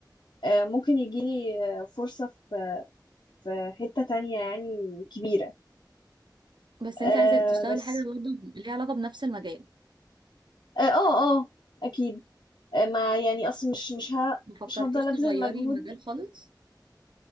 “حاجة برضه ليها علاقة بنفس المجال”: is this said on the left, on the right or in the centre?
Right